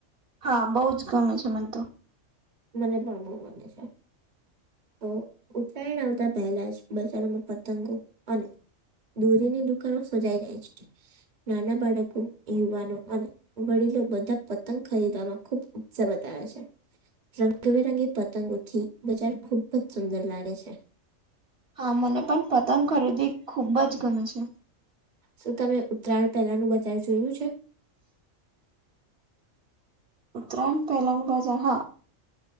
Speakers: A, on the right; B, on the right.
A: હા બવજ ગમે છે મને તો.
B: મને પણ બહુ મને છે. તો ઉત્તરાયણ આવતા પહેલા જ બજારોમાં પતંગો અને દોરીની દુકાનો સજાઈ જાય છે નાના બાળકો યુવાનો અને વડીલો બધા પતંગ ખરીદવામાં ખુબ ઉત્સાહ બતાવે છે. રંગબેરંગી પતંગોથી બજાર ખુબ જ સુંદર લાગે છે.
A: હા મને પણ પતંગ ખરીદી ખુબ જ ગમે છે.
B: શું તમે ઉત્તરાયણ પહેલાનું બજાર જોયું છે.
A: ઉત્તરાયણ પહેલા બજાર માં